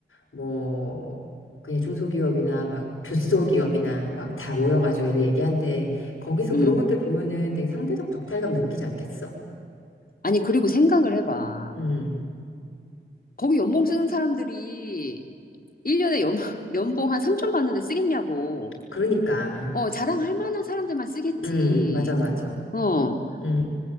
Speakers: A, on the left (about 80°); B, on the left (about 45°).
A: 뭐 그냥 중소기업이나 막 조소기업이나 막 다 모여가지고 애들 얘기한테 거기서
B: 음.
A: 그런 것들 보면은 되게 상대적 박탈감 느끼지 않겠어?
B: 아니, 그리고 생각을 해봐.
A: 음,
B: 거기 연봉 쓰는 사람들이 1년에 연, <laughs> 연봉 한 3천 받는데 쓰겠냐고.
A: 그러니까.
B: 어, 자랑할 만한 사람들만 쓰겠지.
A: 음, 맞아, 맞아.
B: 어, 어,
A: 음,